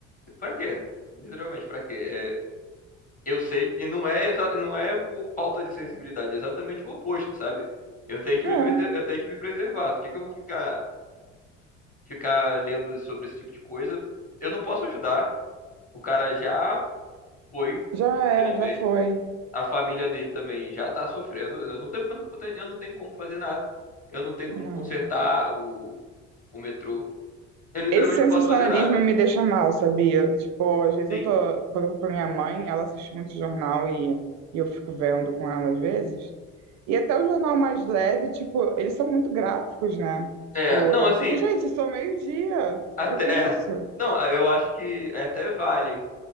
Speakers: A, on the left (about 20°); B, on the right (about 50°).
A: pra quê? Literalmente, pra quê? Eu sei, e não é, exa- não é por falta de sensibilidade, é exatamente o oposto, sabe? Eu tenho que
B: É,
A: me, prese- eu tenho que me preservar. Por que que eu vou ficar, ficar lendo sobre esse tipo de coisa? Eu não posso ajudar. O cara já foi,
B: já
A: infelizmente.
B: é, já foi.
A: A família dele também já tá sofrendo. Eu não tenho, eu não, tenho- eu não tenho como fazer nada. Eu não tenho como
B: Não.
A: consertar o, o metrô. Eu literalmente
B: Esse sensacionalismo
A: não posso fazer nada.
B: me deixa mal, sabia? Tipo, às vezes
A: Sim.
B: eu tô. Quando eu vou pra minha mãe, ela assiste muito jornal e, e eu fico vendo com ela às vezes. E até o jornal mais leve, tipo, eles são muito gráficos, né? Tipo,
A: É, não,
B: eu
A: assim,
B: fico, gente, sou meio-dia.
A: até.
B: Pra que isso?
A: é. não, eu acho que é até vale.